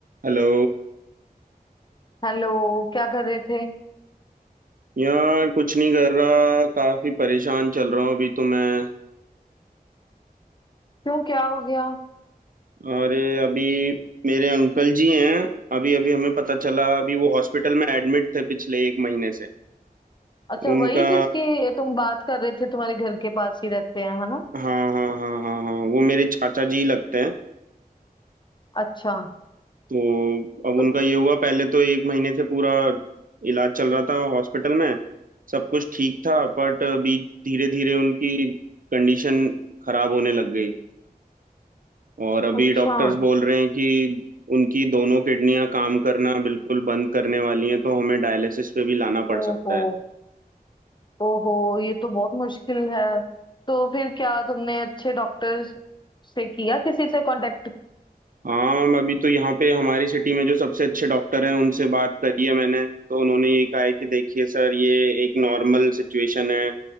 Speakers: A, on the right; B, on the left.
A: Hello
B: Hello क्या कर रहे थे
A: यार कुछ नहीं कर रहा काफी परेशान चल रहा हूँ अभी तो मैं
B: क्यों क्या हो गया
A: अरे अभी मेरे अंकल जी हैं अभी अभी हमें पता चला अभी वो हॉस्पिटल में एडमिट थे पिछले एक महीने से
B: अच्छा
A: उनका
B: वही जिसकी तुम बात कर रहे थे तुम्हारे घर के पास ही रहते हैं है ना
A: हाँ हाँ हाँ हाँ हाँ वो मेरे चाचा जी लगते हैं
B: अच्छा
A: तो अब
B: तो
A: उनका ये हुआ पहले तो एक महीने से पूरा इलाज चल रहा था हॉस्पिटल में सब कुछ ठीक था बट अभी धीरे धीरे उनकी कंडीशन खराब होने लग गई और अभी
B: अच्छा
A: डॉक्टर्स बोल रहे हैं कि उनकी दोनों किडनियां काम करना बिल्कुल बंद करने वाली हैं तो हमें डायलिसिस पे भी लाना पड़
B: ओहो
A: सकता है
B: ओहो ये तो बहुत मुश्किल है तो फिर क्या तुमने अच्छे डॉक्टर से किया किसी से कांटेक्ट
A: हाँ मैं अभी तो यहाँ पे हमारी सिटी में जो सबसे अच्छे डॉक्टर हैं उनसे बात करी है मैंने तो उन्होंने यही कहा है कि देखिए सर ये एक नॉर्मल सिचुएशन है